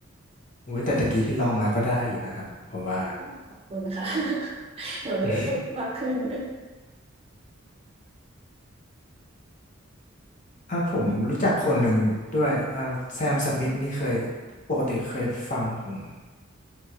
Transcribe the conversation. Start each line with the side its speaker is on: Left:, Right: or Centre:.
Left: ๆโอ้ยแต่ตะกี้ที่ร้องมาก็ได้อยู่นะครับผมว่า
Right: อ๋อขอบคุณค่ะ <laughs> เดี๋ยวเดี๋ยวฝึกมากขึ้น
Left: <laughs> อ่ะผมรู้จักคนหนึ่งด้วยอ่าแซมสมิธนี่เคย
Right: อืม
Left: ปกติเคยฟังของ